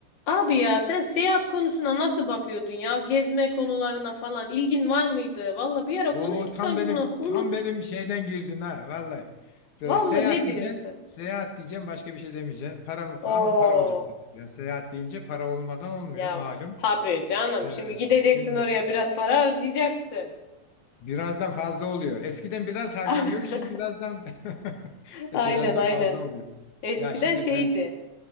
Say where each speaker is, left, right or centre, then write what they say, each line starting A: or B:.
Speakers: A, on the left (about 45°); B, on the left (about 75°).
A: Abi ya sen seyahat konusuna nasıl bakıyordun ya? Gezme konularına falan ilgin var mıydı? Valla bir ara
B: Oo
A: konuştuk
B: tam
A: sanki
B: benim
A: bunu. Unut.
B: tam benim şeyden girdin ha vallahi. Böyle
A: Valla
B: seyahat
A: ne diyorsun?
B: diyeceksin, seyahat diyeceğim başka bir şey demeyeceksin. Para mı
A: Oo
B: pa- ama para olacak Yani seyahat deyince para olmadan olmuyor
A: ya
B: malum.
A: tabii canım.
B: Ee,
A: Şimdi gideceksin
B: şimdi
A: oraya biraz para harcayacaksın.
B: birazdan fazla oluyor. Eskiden biraz harcanıyordu
A: <laughs>
B: şimdi birazdan <laughs> birazdan
A: Aynen aynen.
B: fazla oluyor.
A: Eskiden
B: Ya şimdi
A: şeydi.
B: ben